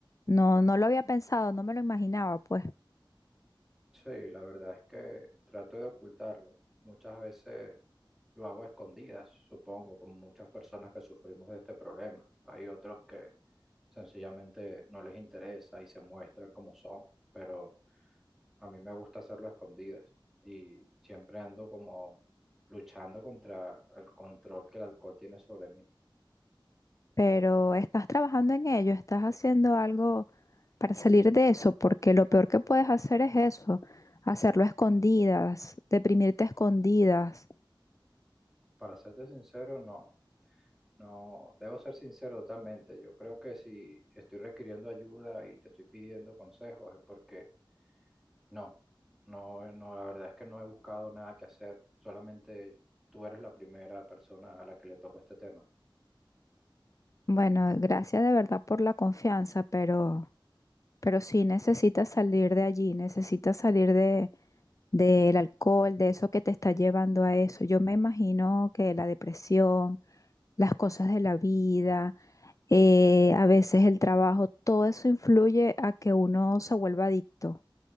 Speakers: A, on the left (about 40°); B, in the centre.
A: No, no lo había pensado, no me lo imaginaba, pues.
B: Sí, la verdad es que trato de ocultarlo. Muchas veces lo hago a escondidas, supongo, como muchas personas que sufrimos de este problema. Hay otros que sencillamente no les interesa y se muestran como son, pero a mí me gusta hacerlo a escondidas y siempre ando como luchando contra el control que el alcohol tiene sobre mí.
A: Pero estás trabajando en ello, estás haciendo algo para salir de eso, porque lo peor que puedes hacer es eso, hacerlo a escondidas, deprimirte a escondidas.
B: para serte sincero, no, no, debo ser sincero totalmente. Yo creo que si estoy requiriendo ayuda y te estoy pidiendo consejos es porque no, no, no, la verdad es que no he buscado nada que hacer. Solamente tú eres la primera persona a la que le tocó este tema.
A: Bueno, gracias de verdad por la confianza, pero Pero sí necesitas salir de allí, necesitas salir de, del alcohol, de eso que te está llevando a eso. Yo me imagino que la depresión, las cosas de la vida, eh, a veces el trabajo, todo eso influye a que uno se vuelva adicto